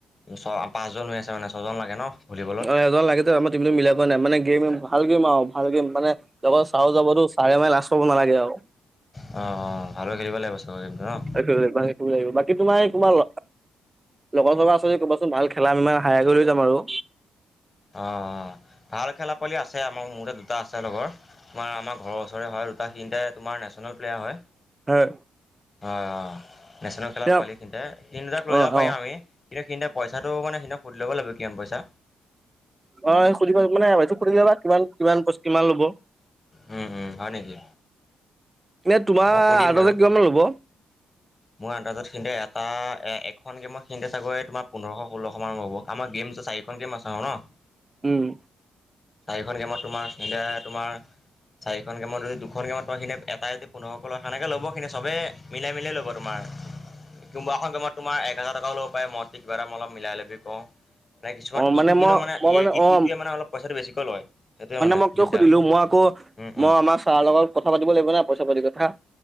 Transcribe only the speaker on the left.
ওচৰ পাঁচজন হৈ আছে মানে ছয়জন লাগে ন। ভলীবলত
অ', অ' ভালকৈ খেলিব লাগিব চবে কিন্তু ন'।
অ', অ' ভাল খেলা পোৱালি আছে আমাৰ, মোৰে দুটা আছে লগৰ। তোমাৰ আমাৰ ঘৰৰ ওচৰৰে হয় দুটা তিনিটাই তোমাৰ নেশ্যনেল প্লেয়াৰ হয়।
অ', অ' নেশ্যনেল খেলা
পোৱালি তিনিটাই, তিনিতাক লৈ
যাব পাৰিম
আমি আমি। এতিয়া সিনতে পইচাটো মানে সিহঁতক সুধি ল'ব লাগিব কিমান পইচা।
উম, উম, হয় নেকি?
মই সুধিম
বাৰু
মোৰ আন্দাজত সিহঁতে এটা এ-এখন গেমত সিহঁতে চাগৈ তোমাৰ পোন্ধৰশ ষোল্লশ মান ল'ব। আমাৰ গেম হৈছে চা খন গেম আছে আৰু ন'?
চাৰিখন গেমত তোমাৰ সিহঁতে তোমাৰ চাৰিখন গেমৰ যদি দুখন গেমত তোৰ সিহঁতে এটাই যদি পোন্ধৰশ লয়, সেনেকে ল'ব সিহঁতে চবে মিলাই মিলি ল'ব। তোমাৰ, কোনোবা এখন গেমত তোমাৰ এক হাজাৰ টকাও ল'ব পাৰে, মই যদি কিবা এটা মই অলপ মিলাই ল'বি কওঁ। মানে কিছুমান,
ইটো কিন্তু
মানে
এ,
ইটোৱে মানে অলপ পইচাটো বেছিকৈ লয় সেইটোৱে মানে
দিগদাৰ।
উম উম